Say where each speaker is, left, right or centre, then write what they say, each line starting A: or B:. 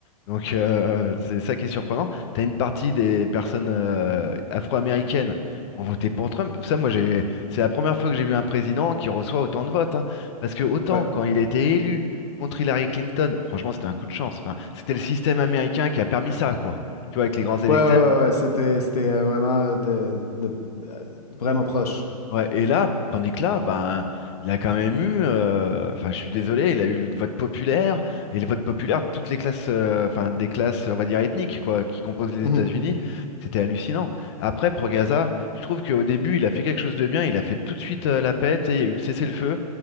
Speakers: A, on the left; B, on the left.
A: Donc euh, c'est ça qui est surprenant. T'as une partie des personnes euh, afro-américaines qui ont voté pour Trump. Ça, moi, j'ai, c'est la première fois que j'ai vu un président qui reçoit autant de votes. hein. Parce que autant
B: Ouais.
A: quand il était élu contre Hillary Clinton, franchement, c'était un coup de chance. Enfin, c'était le système américain qui a permis ça, quoi. Tu vois, avec les grands électeurs.
B: Ouais, ouais, ouais, ouais. C'était, c'était euh, vraiment, euh, de, de- euh, vraiment proche.
A: Ouais, et là, tandis que là, ben, il a quand même eu, euh, enfin, je suis désolé, il a eu le vote populaire, et le vote populaire de toutes les classes, euh, enfin, des classes, on va dire, ethniques, quoi, qui composent les
B: Mhm.
A: États-Unis, c'était hallucinant. Après, pour Gaza, je trouve qu'au début, il a fait quelque chose de bien, il a fait tout de suite euh, la paix, tu sais, il y a eu le cessez-le-feu,